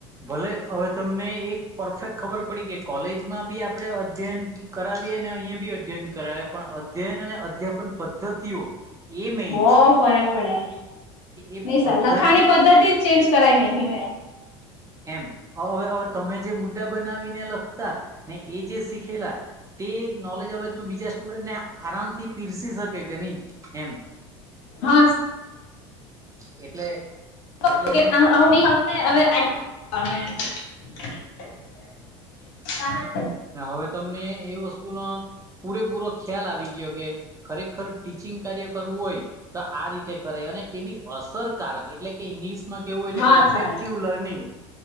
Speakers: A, on the right (about 20°); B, on the left (about 65°).
A: ભલે હવે તમને એક પરફેક્ટ ખબર પડી કે કોલેજમાં બી આપણે અધ્યયન કરાવીએ ને અહિયા બી અધ્યયન કરાવે પણ અધ્યયન અને અધ્યાપન પદ્ધતિઓ એ મેન
B: બો
A: છે
B: ફરક પડે
A: એ
B: નહી
A: પદ્ધતિ
B: સર લખાણી પદ્ધતિ જ ચેન્જ કરાઈ નાખી એમ.
A: એમ હવે હવે તમે જે મુદ્દા બનાવી ને લખતા ને એ જે શીખેલા તે નોલેજ હવે તે બીજા સ્ટુડન્ટને આરામથી પીરસી શકે કે ની એમ.
B: હા
A: એટલે
B: <unintelligible>
A: એટલેને
B: હવે <unintelligible> એમ
A: હવે તમને એ વસ્તુનો પૂરેપૂરો ખ્યાલ આવી ગયો કે ખરેખર ટીચિંગ કાર્ય કરવું હોય તો આ રીતે કરે અને તે બી અસરકારક એટલે કે ઇંગ્લિશમાં કેવું હોય
B: હા
A: તો ઇફેક્ટિવ
B: સર
A: લર્નિંગ